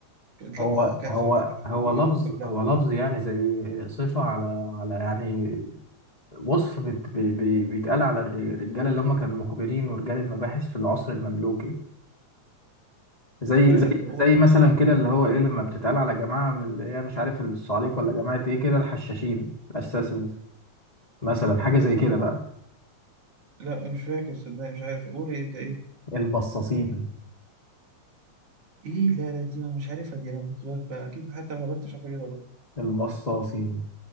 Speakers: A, on the right; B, on the left.
A: كانت
B: هو
A: لق- كانت
B: هو
A: في في العصر
B: هو
A: ده
B: لفظ
A: ولا قبلها
B: هو لفظ يعني زي صفة على على يعني وصف بت بي بي بيتقال على الر- الرجالة اللي هم كانوا المخبرين ورجال المباحث في العصر المملوكي زي
A: لا
B: زي
A: لا قول
B: زي مثلا كده اللي هو ايه لما بتتقال على جماعة من اللي هي مش عارف الصعاليك ولا جماعة ايه كده الحشاشين الاساسنز مثلا حاجة زي
A: آه،
B: كده بقى
A: لا مش فاكر صدقني مش عارف قول ايه ده ايه
B: البصاصين
A: ايه لا لا دي أنا مش عارفها دي انا كنت ب- ب- اكيد حتى لو هبت مش عارف اجيبها برضه
B: البصاصين